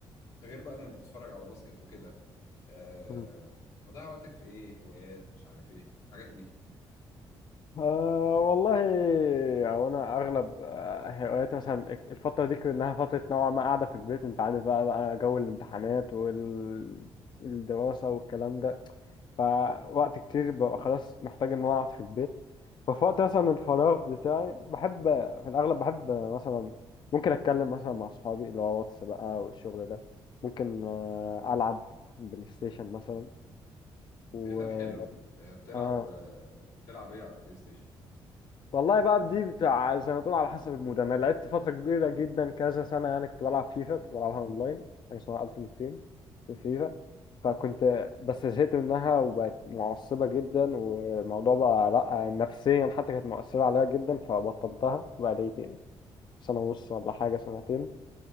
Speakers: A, on the left; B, on the left.
A: غير بقى انك بتتفرج على باسكت وكده آه...
B: مم.
A: مضيع وقتك في ايه هوايات مش عارف ايه الحاجات دي
B: آه والله او انا اغلب آه، هواياتي مثلا الفتره دي كانها فتره نوعا ما قاعده في البيت انت عارف بقى بقى جو الامتحانات والدراسه والكلام ده فوقت كتير ببقى خلاص محتاج ان انا اقعد في البيت ففي وقت مثلا الفراغ بتاعي بحب في الاغلب بحب مثلا ممكن اتكلم مثلا مع صحابي اللي هو واتس بقى والشغل ده ممكن آه، العب بلاي ستيشن مثلا و
A: ايه ده حلو آه، بتلعب
B: آه.
A: آه، بتلعب ايه على البلاي ستيشن
B: والله بقى دي بتاع زي ما تقول على حسب المود انا لعبت فتره كبيره جدا كذا سنه يعني كنت بلعب فيفا كنت بلعبها اونلاين حاجه اسمها التيمت تيم في فيفا فكنت بس زهقت منها وبقت معصبة جدا والموضوع بقى لأ نفسيا حتى كانت مؤثرة عليا جدا فبطلتها بقالي سنة ونص ولا حاجة سنتين